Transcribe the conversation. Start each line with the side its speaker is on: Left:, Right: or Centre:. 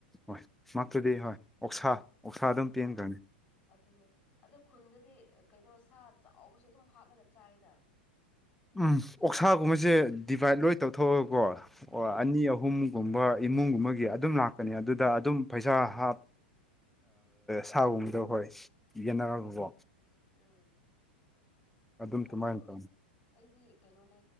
Centre: ꯍꯣꯏ ꯃꯇ꯭ꯔꯗꯤ ꯍꯣꯏ ꯑꯣꯛꯁꯥ ꯑꯣꯛꯁꯥ ꯑꯗꯨꯝ
Left: ꯑ
Centre: ꯄꯦꯟꯈ꯭ꯔꯅꯤ
Left: ꯑꯗꯨ ꯑꯗꯨꯅꯦ ꯑꯗꯣ ꯈꯨꯟꯗꯗꯤ ꯀꯩꯅꯣ ꯁꯥ ꯆꯥꯎꯕꯁꯨ ꯑꯗꯨꯝ ꯍꯥꯠꯂꯒ ꯆꯥꯏꯅ
Centre: ꯎꯝ ꯑꯣꯛꯁꯥꯒꯨꯝꯕꯁꯦ ꯗꯤꯚꯥꯏꯠ ꯂꯣꯏ ꯇꯧꯊꯣꯛꯑꯒꯀꯣ ꯑꯣ
Left: ꯍꯣꯏ
Centre: ꯑꯅꯤ ꯑꯍꯨꯝ ꯑꯍꯨꯝꯒꯨꯝꯕ ꯏꯃꯨꯡꯒꯨꯝꯕꯒꯤ ꯑꯗꯨꯝ ꯂꯥꯛꯀꯅꯤ ꯑꯗꯨꯗ ꯑꯗꯨꯝ ꯄꯩꯁꯥ ꯍꯥꯞ ꯁꯥꯒꯨꯝꯕꯗ ꯍꯣꯏ
Left: ꯎꯝ
Centre: ꯌꯦꯅꯥꯒꯕꯣ
Left: ꯎꯝ
Centre: ꯑꯗꯨꯝ
Left: ꯑ
Centre: ꯑꯗꯨꯃꯥꯏꯅ ꯇꯧꯅꯤ
Left: ꯑꯩꯗꯤ ꯀꯩꯅꯣꯅꯦ